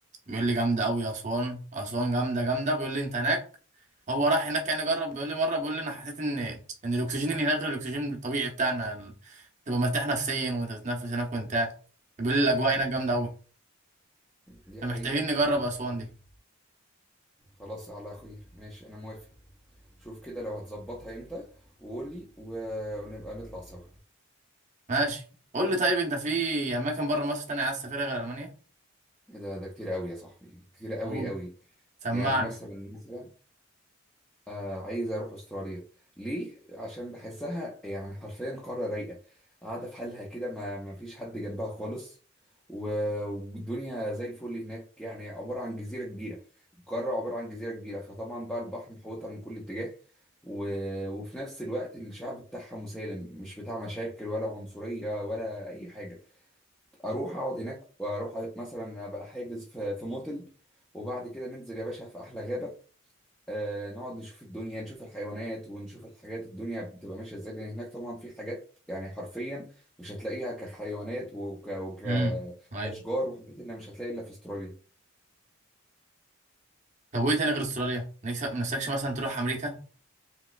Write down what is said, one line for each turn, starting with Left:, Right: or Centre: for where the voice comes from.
Right: بيقول لي جامده قوي اسوان اسوان جامده جامده بيقول لي انت هناك هو راح هناك يعني جرب بيقول لي مره بيقول لي انا حسيت ان ان الاكسجين اللي هناك غير الاكسجين الطبيعي بتاعنا ال- تبقى مرتاح نفسيا وانت بتتنفس هناك وانت قاعد. بيقول لي الاجواء
Centre: أيوة.
Right: هناك جامده قوي
Centre: دي
Right: فمحتاجين
Centre: حقيقة
Right: نجرب
Centre: دي
Right: اسوان
Centre: حقيقة.
Right: دي
Centre: خلاص على خير ماشي انا موافق شوف كده لو هتظبطها امتى وقول لي و- ونبقى نطلع سوا
Right: ماشي قول لي طيب انت في اماكن بره مصر تانية عايز تسافرها غير المانيا
Centre: إيه ده ده كتير قوي يا صاحبي كتير قوي
Right: اوه
Centre: قوي
Right: سمعني
Centre: يعني مثلا مثلا آه عايز اروح استراليا ليه عشان بحسها يعني حرفيا قاره رايقه قاعده في حالها كده ما ما فيش حد جنبها خالص و- والدنيا زي الفل هناك يعني عباره عن جزيره كبيره قاره عباره عن جزيره كبيره فطبعا بقى البحر محوطها من كل اتجاه و... وفي نفس الوقت الشعب بتاعها مسالم مش بتاع مشاكل ولا عنصريه ولا اي حاجه اروح اقعد هناك واروح مثلا ابقى حاجز في في موتل وبعد كده ننزل يا باشا في احلى غابه آه نقعد نشوف الدنيا نشوف الحيوانات ونشوف الحاجات الدنيا بتبقى ماشية ازاي لان هناك طبعا في حاجات يعني حرفيا مش هتلاقيها كحيوانات وك وكأشجار
Right: امم ايوه
Centre: وحاجات اللي مش هتلاقي الا في استراليا
Right: طب وايه تاني غير استراليا نفسك نفسكش مثلا تروح امريكا